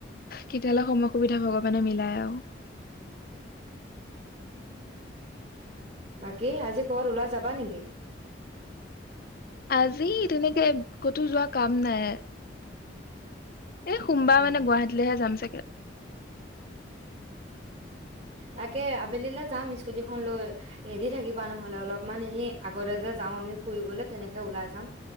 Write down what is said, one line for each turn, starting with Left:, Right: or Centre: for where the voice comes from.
Left: কেতিয়ালৈ সময় সুবিধা ভগৱানে মিলায় আৰু।
Right: বাকী আজি ক'ৰবাত ওলাই যাবা নেকি?
Left: আজি তেনেকে ক'তো যোৱা কাম নাই। এই সোমবাৰ
Right: উম
Left: মানে গুৱাহাটীলৈহে যাম চাগে।
Right: তাকে আবেলিলৈ যাম স্কুটিখন লৈ। ৰেডি থাকিবা নহ'লে অলপমান, এনেই আগতে যে যাও আমি ফুৰিবলে তেনেকে ওলাই যাম।